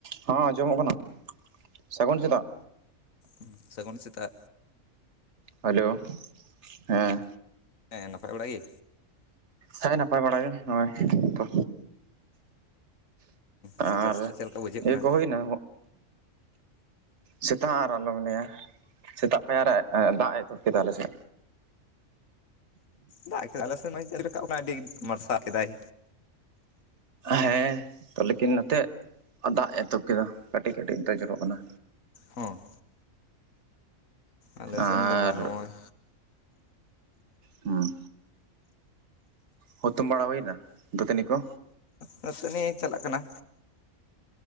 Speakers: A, on the right; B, on the left.
A: ᱦᱮᱸ ᱟᱸᱡᱚᱢᱚᱜ ᱠᱟᱱᱟ᱾ ᱥᱟᱹᱜᱩᱱ ᱥᱮᱫᱟᱜ
B: ᱦᱚ ᱥᱟᱹᱜᱩᱱ ᱥᱮᱛᱟᱜ
A: ᱦᱮᱞᱳ ᱦᱮᱸ
B: ᱦᱮᱸ ᱱᱟᱯᱟᱭ ᱵᱟᱲᱟ ᱜᱮ
A: ᱦᱮᱸ ᱱᱟᱯᱟᱭ ᱵᱟᱲᱟ ᱜᱮ ᱱᱚᱜᱼᱚᱭ ᱛᱚ
B: ᱥᱮᱛᱟᱜ
A: ᱟᱨ
B: ᱥᱮᱛᱟᱜ ᱪᱮᱫ ᱞᱮᱠᱟ ᱵᱩᱡᱷᱟᱹᱜ ᱠᱟᱱᱟ?
A: ᱤᱭᱟᱹ ᱠᱚ ᱦᱩᱭᱱᱟ ᱥᱮᱛ ᱟᱨ ᱟᱞᱚᱢ ᱢᱮᱱᱟᱮᱭᱟ ᱥᱮᱛᱟᱜ ᱯᱟᱭᱟᱨᱮ ᱫᱟᱜ ᱮ ᱛᱷᱚᱵ ᱠᱮᱫ ᱛᱟᱦᱚᱞᱮ ᱥᱮ
B: ᱫᱟᱜ ᱠᱮᱫᱟᱭ ᱟᱞᱮ ᱥᱮ ᱪ ᱴᱮ ᱨᱟᱠᱟᱵ ᱠᱟᱱᱟ ᱟᱹᱰᱤ ᱢᱟᱨᱥᱟᱞ ᱠᱮᱫᱟᱭ᱾
A: ᱦᱮᱸ ᱛᱚ ᱞᱮᱠᱤᱱ ᱱᱚᱛᱮ ᱫᱟᱜ ᱮᱛᱚᱦᱚᱵ ᱠᱮᱫᱟ ᱠᱟᱹᱴᱤᱡ ᱠᱟᱹᱴᱤᱡᱛᱮ ᱡᱚᱨᱚᱜ ᱠᱟᱱᱟ᱾
B: ᱦᱚᱸ ᱟᱞᱮ
A: ᱟᱨ
B: ᱥᱮᱱ ᱫᱚ ᱵᱟᱝ ᱱᱚᱜᱼᱚᱭ
A: ᱦᱩᱸ ᱦᱩᱛᱩᱢ ᱵᱟᱲᱟ ᱦᱩᱭᱱᱟ ᱫᱟᱹᱛᱟᱹᱱᱤ ᱠᱚ
B: ᱡᱚ ᱱᱚᱛᱮ ᱱᱤᱡ ᱪᱟᱞᱟᱜ ᱠᱟᱱᱟ